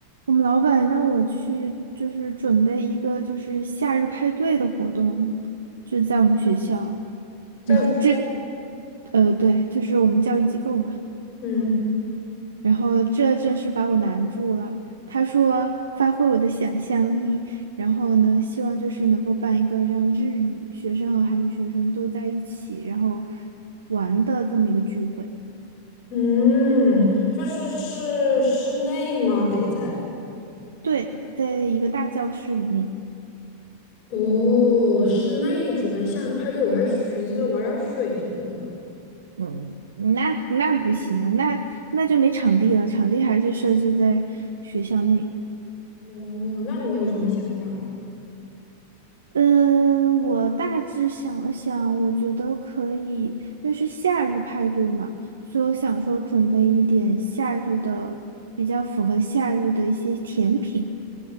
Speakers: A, on the right; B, on the left.
A: 我们老板让我去，就是准备一个就是夏日派对的活动，就是在我们学校。
B: 在
A: 然后这，呃，对，就是我们教育机构嘛。
B: 嗯
A: 然后这真是把我难住了。他说发挥我的想象力，然后呢，希望就是能够办一个让日语学生和韩语学生都在一起，然后玩的这么一个聚会。
B: 嗯，就是是室内吗？得在
A: 对，在一个大教室里面。
B: 哦，室内举办夏日派对，我还寻思着玩点儿水什么的呢。
A: 嗯，那那不行，那那就没场地了，场地还是设置在学校内。
B: 哦，那你有什么想法吗？
A: 嗯，我大致想了想，我觉得可以，因为是夏日派对嘛，所以我想说准备一点夏日的，比较符合夏日的一些甜品，